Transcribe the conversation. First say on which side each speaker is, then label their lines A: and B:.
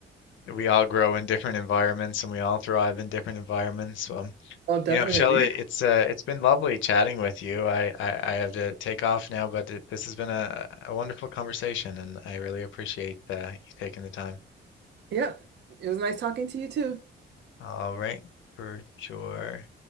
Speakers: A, on the left; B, on the right.
A: we all grow in different environments and we all thrive in different environments. Um,
B: Oh, definitely.
A: you know, Shelley, it's uh, it's been lovely chatting with you. I, I, I have to take off now, but it, this has been a, a wonderful conversation, and I really appreciate uh, you taking the time.
B: Yeah. It was nice talking to you too.
A: All right, for sure.